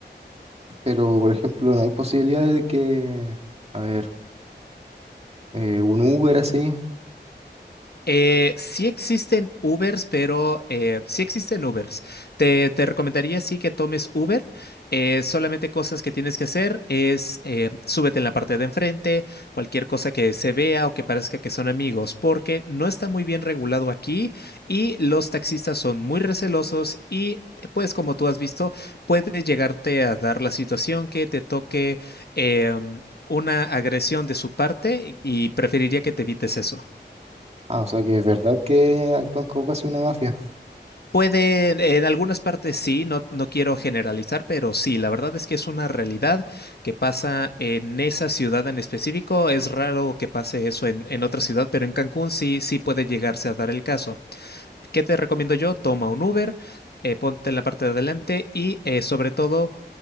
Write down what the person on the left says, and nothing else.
Eh, sí existen Ubers, pero eh, sí existen Ubers. Te, te recomendaría sí que tomes Uber. eh, solamente cosas que tienes que hacer es eh, súbete en la parte de enfrente, cualquier cosa que se vea o que parezca que son amigos, porque no está muy bien regulado aquí y los taxistas son muy recelosos y pues como tú has visto, puede llegarte a dar la situación que te toque em, una agresión de su parte y y preferiría que te evites eso.
Puede, en algunas partes sí, no, no quiero generalizar, pero sí, la verdad es que es una realidad que pasa en esa ciudad en específico. Es raro que pase eso en, en otra ciudad, pero en Cancún sí, sí puede llegarse a dar el caso. ¿Qué te recomiendo yo? Toma un Uber, eh, ponte en la parte de adelante y eh, sobre todo,